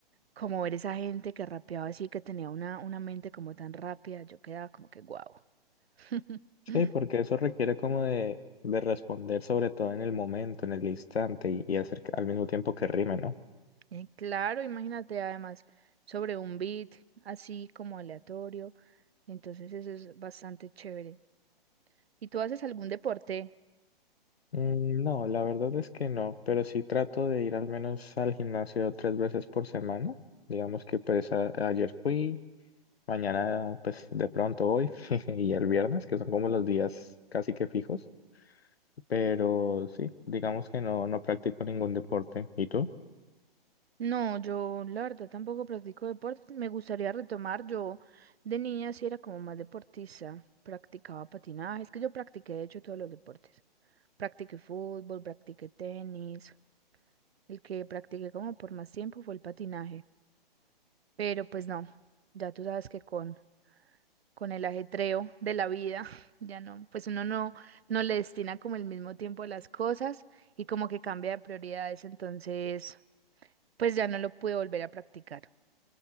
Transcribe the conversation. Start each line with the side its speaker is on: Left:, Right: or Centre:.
Right: como ver esa gente que rapeaba así, que tenía una, una mente como tan rápida, yo quedaba como que guau. <laughs>
Left: Sí, porque eso requiere como de, de responder sobre todo en el momento, en el instante y, y hacer que- al mismo tiempo que rime, ¿no?
Right: Eh, Claro, imagínate además sobre un beat así como aleatorio, entonces eso es bastante chévere. ¿Y tú haces algún deporte?
Left: Mm, No, la verdad es que no, pero sí trato de ir al menos al gimnasio tres veces por semana. Digamos que pues a- ayer fui, mañana pues de pronto voy <laughs> y el viernes, que son como los días casi que fijos, pero sí, digamos que no, no practico ningún deporte. ¿Y tú?
Right: No, yo la verdad tampoco practico deporte. Me gustaría retomar. Yo de niña sí era como más deportista. Practicaba patinaje. Es que yo practiqué de hecho todos los deportes. Practiqué fútbol, practiqué tenis. El que practiqué como por más tiempo fue el patinaje. Pero pues no, ya tú sabes que con, con el ajetreo de la vida, <laughs> ya no, pues uno no, no le destina como el mismo tiempo a las cosas y como que cambia de prioridades. Entonces, pues ya no lo pude volver a practicar.